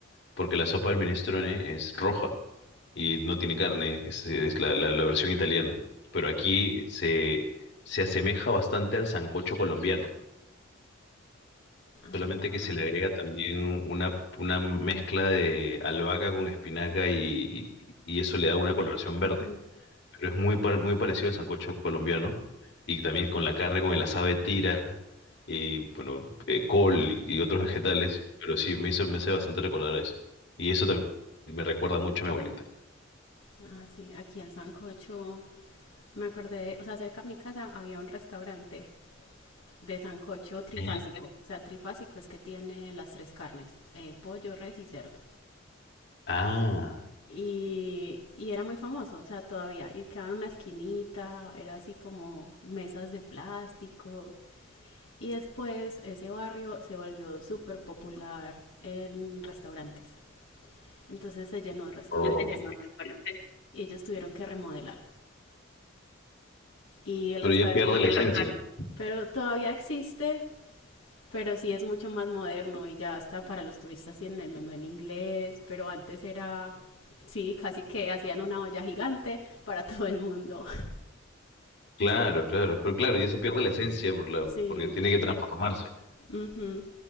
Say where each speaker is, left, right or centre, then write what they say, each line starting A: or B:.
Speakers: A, on the left (about 55°); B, on the left (about 80°).
A: porque la sopa del minestrone es roja y no tiene carne, es, es la, la- la versión italiana. Pero aquí se, se asemeja bastante al sancocho colombiano, solamente
B: Ah,
A: que se le agrega también una, una mezcla de albahaca con espinaca y, y eso le da una coloración verde
B: ujú,
A: pero es muy, par- muy parecido al sancocho colombiano y también con la carne, con el asado de tira y bueno, eh, col y, y otros vegetales,
B: sí.
A: pero sí, me hizo, me hace bastante recordar eso. Y eso también me recuerda mucho a mi abuelita.
B: Ah, sí, aquí el sancocho, me acordé de, o sea, cerca de mi casa había un restaurante de sancocho trifásico.
A: El
B: O sea, trifásico es que tiene las tres carnes, eh, pollo, res y cerdo.
A: Ah,
B: Y, y era muy famoso, o sea, todavía. Y quedaba en una esquinita, era así como mesas de plástico. Y después ese barrio se volvió súper popular en restaurantes. Entonces se llenó de restaurantes
A: ya o- oh,
B: y ellos tuvieron que remodelar. Y el
A: pero
B: restaurante,
A: ya pierde la esencia. restaurante.
B: pero todavía existe, pero sí es mucho más moderno y ya está para los turistas tienen el menú en inglés, pero antes era, sí, casi que hacían una olla gigante para <laughs> todo el mundo.
A: Claro, claro,
B: <laughs>
A: pero claro, ya se pierde la esencia por la,
B: Sí.
A: porque tiene que transformarse.
B: Ujú,